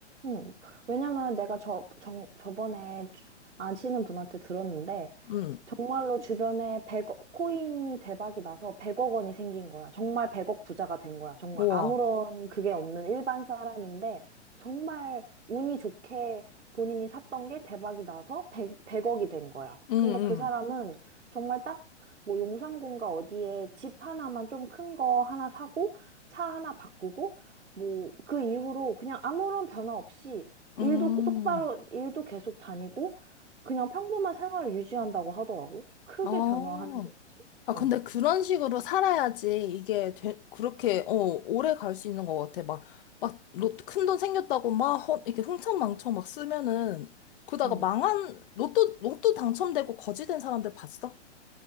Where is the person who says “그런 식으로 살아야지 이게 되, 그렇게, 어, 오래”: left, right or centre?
Left